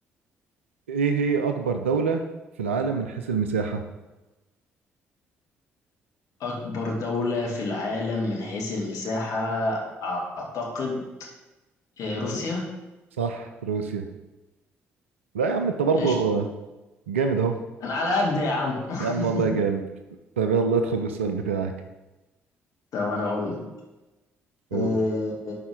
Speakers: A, on the right (about 80°); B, on the left (about 55°).
A: ايه هي اكبر دولة في العالم من حيث المساحة
B: اكبر دولة في العالم من حيث المساحة اعتقد آه، روسيا
A: صح روسيا لا يا عم انت برضه
B: قشطة.
A: جامد اهو
B: انا على قد يا عم <laughs>
A: يا عم والله جامد طب يلا ادخل بالسؤال بتاعك
B: طب انا اقول لك
A: قول
B: آه،